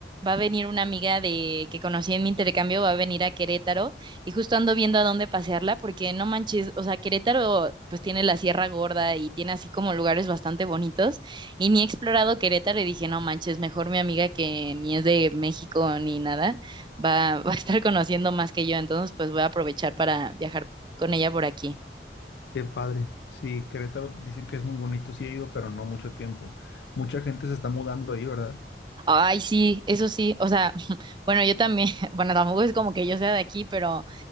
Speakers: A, on the right; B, on the left.
A: va a venir una amiga de que conocí en mi intercambio, va a venir a Querétaro y justo ando viendo a dónde pasearla, porque no manches, o sea, Querétaro pues tiene la Sierra Gorda y tiene así como lugares bastante bonitos y ni he explorado Querétaro y dije, no manches, mejor mi amiga que ni es de México ni nada va, <laughs> va a estar conociendo más que yo, entonces pues voy a aprovechar para viajar con ella por aquí.
B: Qué padre. Sí, Querétaro dicen que es muy bonito. Sí he ido, pero no mucho tiempo. Mucha gente se está mudando ahí, ¿verdad?
A: Ay, sí, eso sí, o sea, <laughs> bueno, yo también, <laughs> bueno, tampoco es como que yo sea de aquí, pero